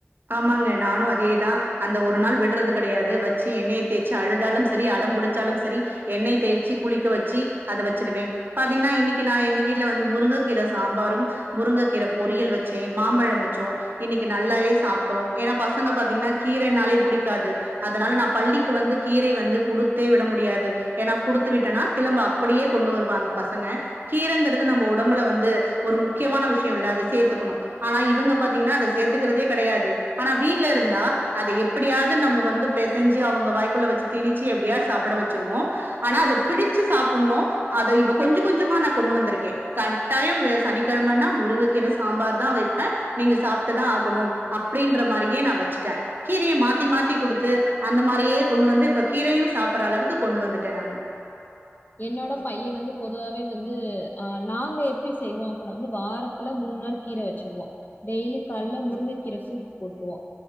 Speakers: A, on the right (about 45°); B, on the left (about 40°).
A: ஆமாங்க நானு அதேதான் அந்த ஒரு நாள் விடுறது கிடையாது வெச்சு எண்ணெயை தேய்ச்சு அழுதாலும் சரி அடம் பிடிச்சாலோ சரி எண்ணெய் தேய்ச்சு குளிக்க வெச்சு அதை வெச்சிருவேன் பாத்தீங்கன்னா இன்னிக்கு நான் எங்க வீட்ல வந்து முருங்கைக்கீரை சாம்பாரும் முருங்கைக்கீர பொரியல் வெச்சேன் மாம்பழம் வெச்சோம் இன்னிக்கு நல்லாவே சாப்பிட்டோ ஏன்னா பசங்க பாத்தீங்கன்னா கீரனாலே பிடிக்காது அதனால நா பள்ளிக்கு வந்து கீர வந்து குடுத்தே விட முடியாது ஏன்னா குடுத்து விட்டேனா திளம்ப அப்டியே கொண்டு வருவாங்க பசங்க கீரைங்கிறது நம்ம ஒடம்புல வந்து ஒரு முக்கியமான விஷயோ இல்ல அத சேத்துக்கணோ ஆனா இவுங்க பாத்தீங்கன்னா அத சேர்த்துக்கிறதே கிடையாது ஆனா வீட்டுல இருந்தா அத எப்படியாவது நம்ம வந்து பிசைஞ்சி அவங்க வாய்க்குள்ள வச்சு திணிச்சு எப்படியாவ சாப்பிட வச்சிருவோம் ஆனா அதை பிடிச்சு சாப்பிடணும் அதை இப்ப கொஞ்சம் கொஞ்சமா நான் கொண்டு வந்திருக்கேன் கட்டாயம் சனிக்கிழமைன்னா முருங்க கீர சாம்பார் தா வெப்பேன் நீங்க சாப்பிட்டுதா ஆகணோ அப்படின்ற மாதிரியே நான் வச்சுட்டேன் கீரைய மாத்தி மாத்தி குடுத்து அந்த மாதிரியே கொண்டு வந்து இப்ப கீரையும் சாப்புட்ற அளவுக்கு கொண்டு வந்துட்டேன் நானு
B: என்னோட பையன் வந்து பொதுவாவே வந்து ஆஹ் நாங்க எப்படி செய்வோம் அப்படின்னா வந்து வாரத்துல மூணு நாள் கீரை வச்சிருவோம் டெய்லி கால முருங்கைக்கீரை சூப் போட்டுருவோம்